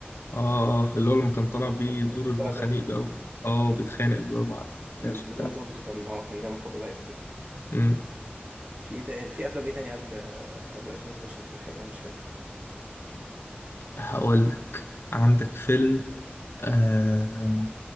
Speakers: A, on the left; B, on the right.
A: اه اللي هو لما كان طالع
B: لما
A: بيه
B: كان
A: دور ان
B: طلع
A: هو
B: ظابط
A: خنيق بقى وبت... اه وبيتخانق بقى مع الناس
B: لما كان
A: وبتاع
B: دور ظابط وكان اه كان دايما خلقه ضيق وكده
A: مم.
B: في ايه تاني في افلام ايه تاني قبل قبل 2011 كانت حلوه انا مش فاكر
A: هقولك عندك فيلم آه